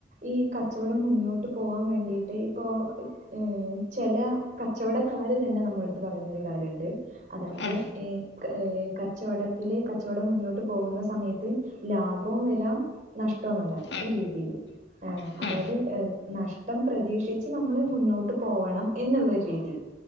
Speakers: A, on the right; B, on the left.
A: ഈ കച്ചവടം മുന്നോട്ട് പോവാൻ വേണ്ടിയിട്ട് ഇപ്പൊ ഉം ചെല കച്ചവടക്കാര് തന്നെ നമ്മള അടുത്ത് പറയുന്നൊ രു കാര്യണ്ട് അതായത്
B: ഉം
A: ഏ ഏ കച്ചവടത്തില് കച്ചവടം മുന്നോട്ട് പോകുന്ന സമയത്ത് ലാഭവും വരാം നഷ്ടവും വരാം
B: ഉം
A: ഈ രീതിയില്
B: ഉം
A: അതായത് നഷ്ടം പ്രതീക്ഷിച്ച് നമ്മള് മുന്നോട്ട് പോവണം എന്നുള്ള ഒരു രീതി